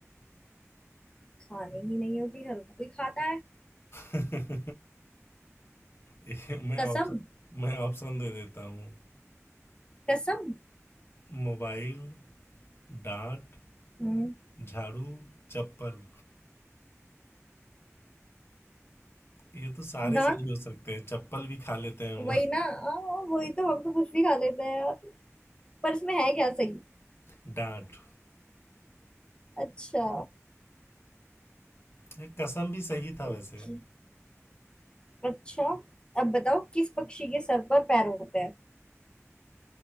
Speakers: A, on the left; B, on the left.
A: खाने ही नहीं होती हर कोई खाता है
B: <laughs> ये मैं
A: कसम
B: ऑप्शन मैं ऑप्शन दे देता हूँ
A: कसम
B: मोबाइल डांट
A: हम्म
B: झाड़ू चप्पल ये तो सारे
A: डॉट
B: सही हो सकते हैं चप्पल भी खा लेते हैं हम
A: वही
B: लोग
A: ना आ, वही तो हम तो कुछ भी खा लेते हैं यार पर इसमें है क्या सही
B: डांट
A: अच्छा
B: ये कसम भी सही था
A: ओके
B: वैसे
A: अच्छा अब बताओ किस पक्षी के सर पर पैर होते हैं